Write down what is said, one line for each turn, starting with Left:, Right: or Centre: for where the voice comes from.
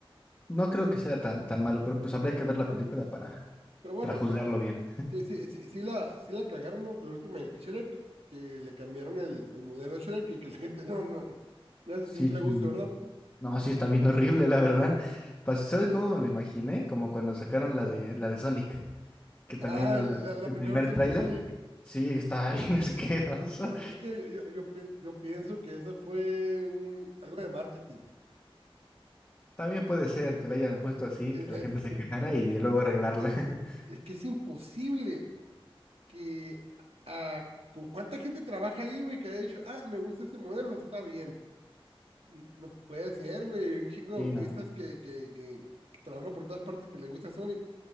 Left: no creo que sea tan, tan malo, pero pues habría que ver la película para,
Right: pero bueno,
Left: para juzgarlo
Right: ah,
Left: bien.
Right: sí, sí, sí, sí la, sí la cagaron, ¿no? Con la última de Shrek, que le cambiaron el, el modelo Shrek y que la <laughs> gente no, no, no se
Left: Sí,
Right: sintió
Left: sí.
Right: a gusto, ¿verdad?
Left: No, sí está bien horrible, la verdad. Pues, ¿sabes cómo me lo imaginé? Como cuando sacaron la de la de Sonic, que también
Right: Ah, la,
Left: la-
Right: la- la
Left: el
Right: primera
Left: primer
Right: versión
Left: tráiler,
Right: de Sonic.
Left: sí, estaba bien <laughs> asqueroso.
Right: Ya sabes que yo, yo, yo pi- yo pienso que eso fue un, algo de marketing,
Left: También
Right: porque
Left: puede ser que la hayan puesto así,
Right: es,
Left: que
Right: es
Left: la gente
Right: que,
Left: se quejara
Right: e,
Left: y luego arreglarla. <laughs>
Right: es que es imposible que a, con cuánta gente trabaja ahí, güey, que haya dicho, ah, me gusta ese modelo, está bien. N- No puede ser, güey, un chingo
Left: Sí,
Right: de autistas
Left: no.
Right: que, que, que, que trabajan por todas partes que les gusta Sonic.